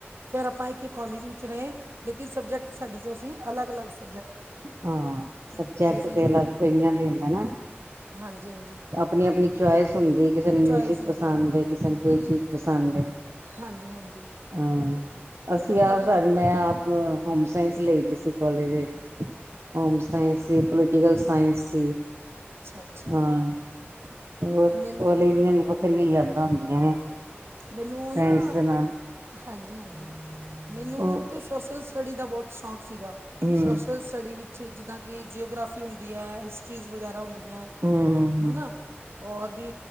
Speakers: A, on the right (about 70°); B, on the right (about 80°).
A: ਫੇਰ ਆਪਾਂ ਇੱਕ ਕੋਲਜ ਵਿੱਚ ਰਹੇ ਲੇਕਿਨ ਸਬਜੈਕਟ ਸਾਡੇ 'ਚ ਅਸੀਂ ਅਲੱਗ -ਅਲੱਗ ਸੀ।
B: ਹਾਂ ਸਬਜ਼ਕਟ
A: ਸੀਗੇ
B: ਤੇ ਅਲਗ ਕਈਆ ਦੇ ਹੁੰਦੇ ਨਾ।
A: ਹਾਂਜੀ ਹਾਂਜੀ
B: ਆਪਣੀ -ਆਪਣੀ ਚੁਆਇਸ ਹੁੰਦੀ ਕਿਸੇ ਨੂੰ ਮਿਊਜਿਕ
A: ਚੋਇਸ ਹੁੰਦੀ
B: ਪਸੰਦ ਹੈ ਕਿਸੇ ਨੂੰ ਕੋਈ ਚੀਜ਼ ਪਸੰਦ ਏ।
A: ਹਾਂਜੀ- ਹਾਂਜੀ
B: ਹਾਂ
A: ਅਤੇ
B: ਅਸੀਂ
A: ਆਪਣਾ
B: ਆਪ
A: ਆਪਣਾ
B: ਸਰ ਮੈਂ ਆਪ ਹੋਮ ਸਾਇੰਸ ਲਈ ਦੀ ਸੀ ਕਾਲਜ ਵਿੱਚ ਹੋਮ ਸਾਇੰਸ ਸੀ ਪੋਲੀਟੀਕਲ ਸਾਇੰਸ ਸੀ।
A: ਅੱਛਾ- ਅੱਛਾ
B: ਹਾਂ ਹੋਰ
A: ਮੈਨੂੰ
B: ਕੋਲਜ ਦੀਆਂ ਵੀ ਵੱਖਰੀਆਂ ਯਾਦਾਂ ਹੁੰਦੀਆਂ ਨੇ।
A: ਮੈਨੂੰ
B: ਫਰੈਂਡਸ
A: ਨਾ
B: ਦੇ ਨਾਲ
A: ਹਾਂਜੀ- ਹਾਂਜੀ ਮੈਨੂੰ
B: ਉਹ
A: ਤੇ ਸੋਸ਼ਲ ਸਟੱਡੀ ਦਾ ਬਹੁਤ ਸ਼ੌਕ ਸੀਗਾ
B: ਹਮ
A: ਸੋਸ਼ਲ ਸਟੱਡੀ ਵਿੱਚ ਛੇ ਜਿੱਦਾਂ ਕਿ ਜਿਓਗ੍ਰਾਫੀ ਹੁੰਦੀ ਹੈ ਹਿਸਟਰੀਜ਼ ਵਗੈਰਾ ਹੁੰਦੀਆਂ
B: ਹਮ ਹਮ
A: ਹਨਾ। ਹੋਰ ਵੀ